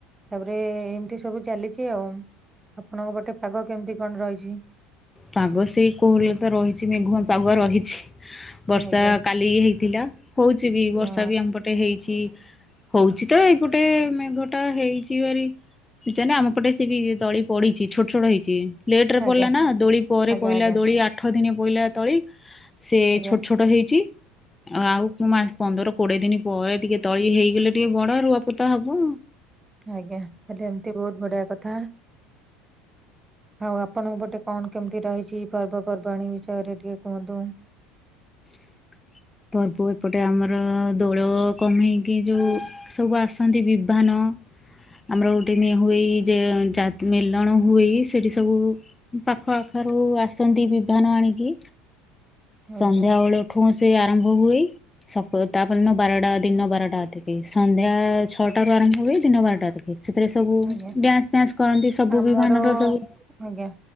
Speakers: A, on the right; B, on the left.
A: ତାପରେ ଏମିତି ସବୁ ଚାଲିଛି ଆଉ ଆପଣଙ୍କ ପଟେ ପାଗ କେମିତି କଣ ରହିଛି?
B: ପାଗ ସେଇ କୋହଲ ତ ରହିଛି ମେଘୁଆ ପାଗ ରହିଛି। ବର୍ଷା
A: ଆଜ୍ଞା
B: କାଲି ହେଇଥିଲା ହଉଛି ବି
A: ହଁ
B: ବର୍ଷା ବି ଆମ ପଟେ ହେଇଛି। ହଉଛି ତ ଏପଟେ ମେଘଟା ହେଇଛି ହେରି। ଜେ ଆମ ପଟେ ସେ ବି ଦଳି ପଡିଛି ଛୋଟ ଛୋଟ ହେଇଛି। ଲେଟ ରେ ପଡିଲା
A: ଆଜ୍ଞା
B: ନା ଦୋଳି ପରେ
A: ଆଜ୍ଞା
B: ପହିଲା
A: ଆଜ୍ଞା
B: ଦୋଳି ଆଠ ଦିନ ପଇଲା ତଳି। ସେ
A: ଆଜ୍ଞା
B: ଛୋଟ ଛୋଟ ହେଇଛି। ଆଉ ମା ପନ୍ଦର କୋଡିଏ ଦିନ ପରେ ଟିକେ ତଳି ହେଇଗଲେ ଟିକେ ବଡ ରୁଆପୋତା ହବ।
A: ଆଜ୍ଞା ତାହେଲେ ଏମତି ବହୁତ ବଢିଆ କଥା। ଆଉ ଆପଣଙ୍କ ପଟେ କଣ କେମିତି ରହିଛି ପର୍ବପର୍ବାଣୀ ବିଷୟରେ ଟିକେ କୁହନ୍ତୁ।
B: <inaudible> ପର୍ବ ଏପଟେ ଆମର ଦୋଳ କମେଇକି ଯୋଉ ସବୁ ଆସନ୍ତି ବିଭାନ। ହଁ। ଆମର ଗୋଟେ ହୁଏ ଯେ ମିଲଣ ହୁଏ ସେଠି ସବୁ ପାଖ ଆଖ ଆସନ୍ତି ବିଭାନ ଆଣିକି
A: ଆଜ୍ଞା।
B: ସଧ୍ୟାବେଳଠୁ ଆରମ୍ଭ ହୁଏ। ତାପର ଦିନ ବାରଟା ଦିନ ବାରଟା ଅତିକି ସନ୍ଧ୍ୟା ଛଅଟାରୁୁ ଆରମ୍ଭ ହୁଏ। ଦିନ ବାରଟା ଟକ ସେଥିରେ ସବୁ
A: ଆଜ୍ଞା
B: ଡ୍ୟାନ୍ସ ଫନ୍ସ କରନ୍ତି ସବୁ
A: ଆମର
B: ବିମାନର ସବୁ
A: ଆଜ୍ଞା